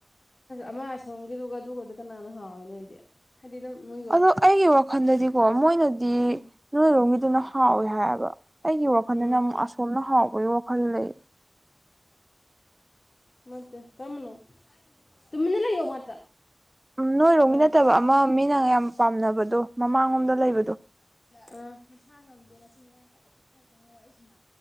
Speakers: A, on the left (about 55°); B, on the right (about 25°).
A: ꯑꯃ ꯑꯁꯣꯝꯒꯤꯔꯒꯗꯨꯒꯗ ꯀꯅꯥꯅ ꯍꯥꯎꯋꯦ ꯅꯣꯏꯗꯤ ꯍꯥꯏꯔꯤꯗꯝ ꯅꯣꯏ
B: ꯑꯗꯣ ꯑꯩꯒꯤ ꯋꯥꯈꯜꯗꯗꯤꯀꯣ ꯃꯣꯏꯅꯗꯤ
A: ꯎꯝ
B: ꯅꯣꯏꯔꯣꯝꯒꯤꯗꯨꯅ ꯍꯥꯎꯋꯦ ꯍꯥꯏ ꯑꯩꯒꯤ ꯋꯥꯈꯜꯗꯅ
A: ꯎꯝ
B: ꯑꯃꯛ ꯑꯁꯣꯝꯅ ꯍꯥꯎꯕꯒꯤ ꯋꯥꯈꯜ ꯂꯩ
A: ꯃꯦ ꯀꯃꯅꯣ ꯇꯨꯃꯤꯗꯅ ꯌꯣ ꯃꯥꯇ
B: ꯎꯝ ꯅꯣꯏꯔꯣꯝꯒꯤ
A: ꯑꯥ
B: ꯅꯠꯇꯕ ꯑꯃ ꯃꯤꯅ ꯌꯥꯝ ꯄꯥꯝꯅꯕꯗꯣ ꯃꯃꯥꯡꯂꯣꯝꯗ ꯂꯩꯕꯗꯣ
A: ꯅꯨꯡꯁꯥ ꯉꯝꯗꯦ ꯅꯆꯤꯟ ꯃꯌꯥ ꯀꯗ ꯈ ꯈꯔ ꯈ ꯋꯥꯏ ꯁꯨꯃ